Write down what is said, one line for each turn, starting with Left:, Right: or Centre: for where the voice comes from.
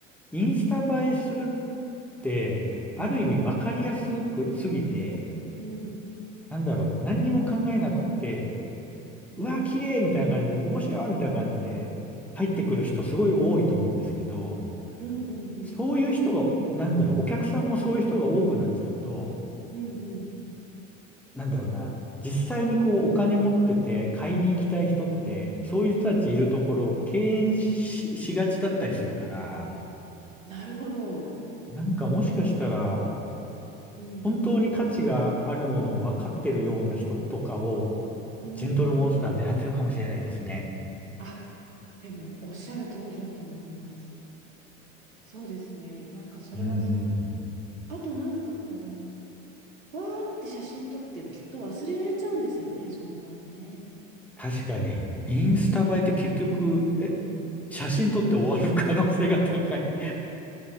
Centre: インスタ映えするって、
Right: うん、
Centre: ある意味わかりやすくすぎて、
Right: うん。
Centre: なんだろう、何にも考えなくって、
Right: うん
Centre: うわ、綺麗みたいな感じで、面白いみたいな感じで入ってくる人すごい多いと思うんですけど、
Right: うんうんうん
Centre: そういう人が、なんだろう、お客さんもそういう人が多くなっちゃうと、
Right: うんうん
Centre: なんだろうな、実際にこうお金持ってて買いに行きたい人って、そういう人たちいるところを敬遠し、
Right: うん
Centre: しがちだったりするから、
Right: なるほど。
Centre: なんかもしかしたら、
Right: うん
Centre: 本当に価値があるものを分かってるような人とかを、
Right: うん
Centre: ジェントルモンスター狙ってるかもしれないですね。
Right: あでもおっしゃる通りだと思います。そうですね。なんかそれは
Centre: うんうん。
Right: あとなんかこうわーって写真撮ってきっと忘れられちゃうんですよねそのままね。
Centre: 確かに、インスタ映えって結局、え、写真撮って終わる可能性が高い